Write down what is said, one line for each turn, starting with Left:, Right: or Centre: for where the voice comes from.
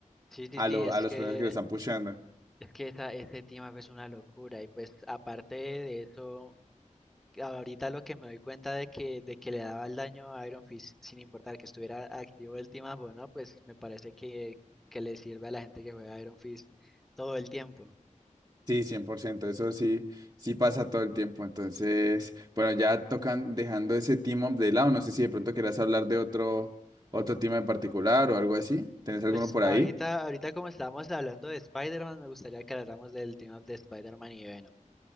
Centre: Sí, sí,
Right: a,
Centre: sí,
Right: lo-
Centre: es
Right: a los
Centre: que,
Right: personas que lo están pushando.
Centre: es que esa, ese tema pues, es una locura y pues aparte de eso. ahorita lo que me doy cuenta de que, de que le daba el daño a Iron Fist, sin importar que estuviera activo el team up o no, pues me parece que, que le sirve a la gente que juega Iron Fist todo el tiempo.
Right: Sí, 100%. eso sí, sí pasa todo el tiempo. Entonces, bueno, ya tocan dejando ese team up de lado. No sé si de pronto quieras hablar de otro, otro team en particular o algo así. ¿Tenés
Centre: Pues
Right: alguno por
Centre: ahorita,
Right: ahí?
Centre: ahorita como estábamos hablando de Spider-Man, me gustaría que habláramos del team up de Spider-Man y Venom.